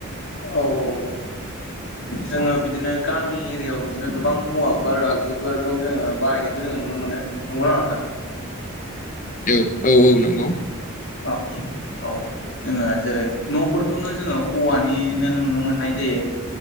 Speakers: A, on the left; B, on the left.
A: औ औ जोङो बिदिनो गामि एरियाायाव बिदिनो गोबां औवाफोर आगजुफोरखौ जोङो बाहायनायखौ जोङो नुनो मोनो। नंगौ ना नङा नोंथां?
B: औ औ औ नंगौ।
A: औ औ जोङो जेरै न'फोरखौनो जोङो औवानिनो नुनो मोननाय जायो।